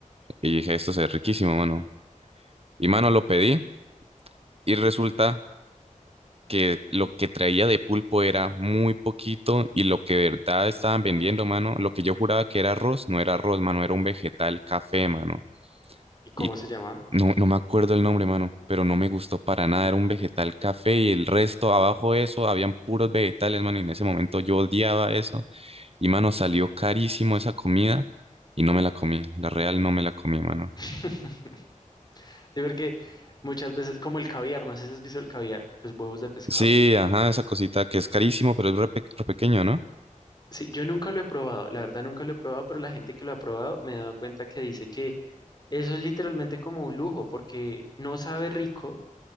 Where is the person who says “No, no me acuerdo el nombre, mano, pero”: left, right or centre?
Right